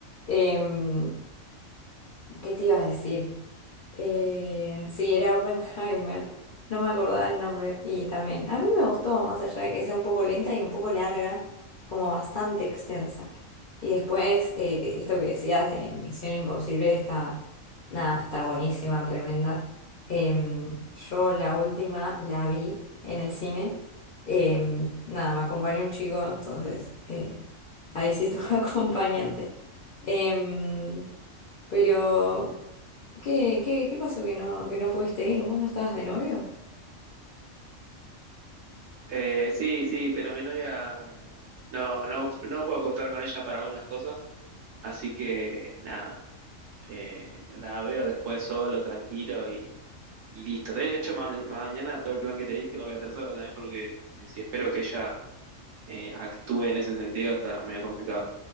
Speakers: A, on the left; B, on the right.
A: Em, ¿qué te iba a decir? Eh, sí, era Oppenheimer. No me acordaba el nombre. Y también, a mí me gustó, más allá de que sea un poco lenta y un poco larga, como bastante extensa. Y después, eh, que- esto que decías de Misión Imposible está, nada, está buenísima, tremenda. Em, yo la última la vi en el cine. Em, nada, me acompañó un chico, entonces eh, ahí sí tuve <laughs> acompañante. Em, pero, ¿qué, qué, qué pasó que no, que no pudiste ir? ¿Vos no estabas de novio?
B: Eh, sí, sí, pero mi novia no, no, no puedo contar con ella para algunas cosas. Así que nada, eh, la veo después solo, tranquilo y, y listo. De hecho, ma- mañana todo el plan que te dije lo voy a hacer solo también porque eh, si espero que ella eh, actúe en ese sentido está medio complicado.